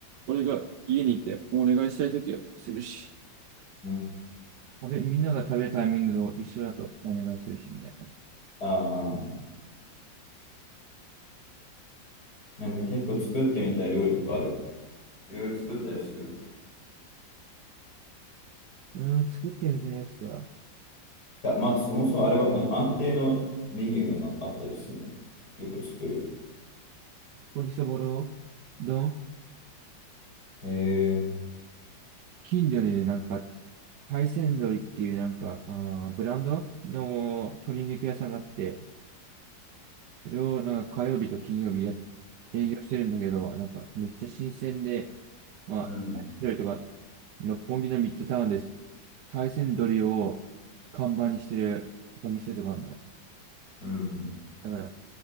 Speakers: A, on the right; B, on the left.
A: 俺が家にいてお願いしたい時はするし。
B: うん。
A: 俺、みんなが食べるタイミングを一緒だとお願いするし、みたいな。
B: ああ、なんか結構作ってみたい料理とかある。いろいろ作ったりする
A: うん、作ってみたいやつとか、
B: じゃあ、ま、そもそもあれは何安定のメニューはなあったりするのよく作る。
A: 鶏そぼろ丼
B: へえ。
A: 近所にね、なんか、大山鶏っていうなんか、あのブランドの鶏肉屋さんがあって、それをなんか火曜日と金曜日や営業してるんだけど、なんかめっちゃ新鮮で、まあ、
B: うん。
A: 料理とか、六本木のミッドタウンです。大山鶏を看板にしてるお店とかあるの。
B: うん。
A: だから、